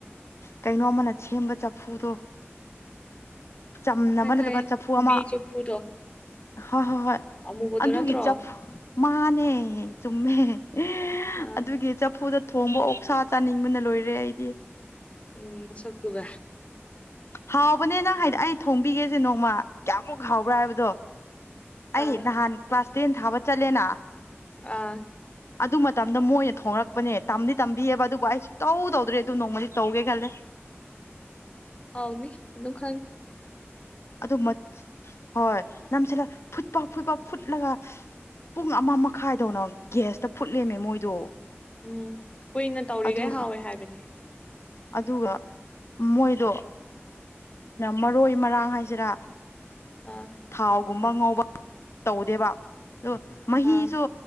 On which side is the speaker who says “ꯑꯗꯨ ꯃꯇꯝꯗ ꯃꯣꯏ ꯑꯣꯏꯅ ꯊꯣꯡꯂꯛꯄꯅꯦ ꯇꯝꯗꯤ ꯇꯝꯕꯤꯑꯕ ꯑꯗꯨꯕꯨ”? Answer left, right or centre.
Left